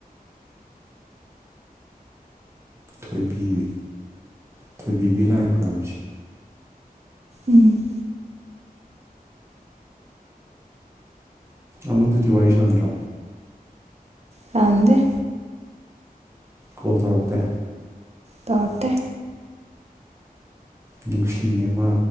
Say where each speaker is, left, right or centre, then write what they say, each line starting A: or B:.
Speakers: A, on the right (about 15°); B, on the right (about 45°).
A: ꯊꯣꯏꯕꯤꯕꯤ ꯊꯣꯏꯕꯤꯕꯤ ꯂꯥꯏ ꯈꯨꯔꯝꯁꯦ
B: ꯎꯝ
A: ꯑꯃꯗꯨꯗꯤ ꯋꯥꯔꯤ ꯁꯥꯟꯗ꯭ꯔꯣ
B: ꯁꯥꯟꯗꯦ
A: ꯀꯣꯜ ꯇꯧꯔꯛꯇꯦ
B: ꯇꯧꯔꯛꯇꯦ
A: ꯅꯨꯡꯁꯤꯅꯦ ꯃꯥ